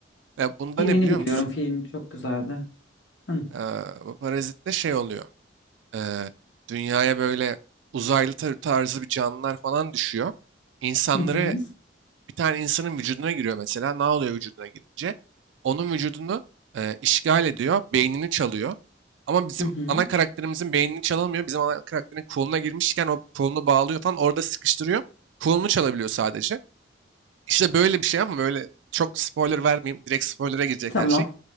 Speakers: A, on the right; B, on the left.
A: Ya bunda
B: Filmini
A: ne biliyor
B: biliyorum.
A: musun?
B: Film çok güzeldi. Hı hı.
A: Ee, bu Parazit'te şey oluyor. eee, dünyaya böyle uzaylı tar- tarzı bir canlılar falan düşüyor. İnsanları
B: Hı
A: bir tane insanın vücuduna giriyor mesela. Ne oluyor vücuduna girince? Onun vücudunu eee, işgal ediyor, beynini çalıyor. Ama bizim
B: hı. hı.
A: ana karakterimizin beynini çalamıyor. Bizim ana karakterin koluna girmişken o kolunu bağlıyor falan orada sıkıştırıyor. Kolunu çalabiliyor sadece. İşte böyle bir şey ama böyle çok spoiler vermeyeyim. Direkt spoilere girecek
B: Tamam.
A: her şey.